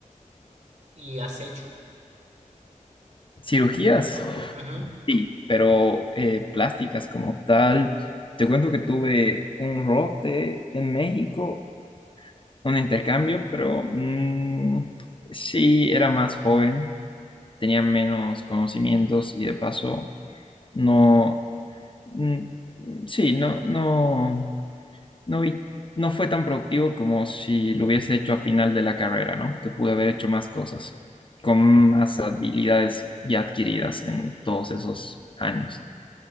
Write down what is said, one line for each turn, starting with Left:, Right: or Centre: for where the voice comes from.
Right: ¿Y has hecho?
Left: Cirugías,
Right: Ujú.
Left: sí, pero eh, plásticas como tal. Te cuento que tuve un rote en México, un intercambio, pero mm, sí, era más joven, tenía menos conocimientos y de paso no, mm, sí, no, no. no vi, no fue tan productivo como si lo hubiese hecho a final de la carrera, ¿no? Que pude haber hecho más cosas, con más habilidades ya adquiridas en todos esos años.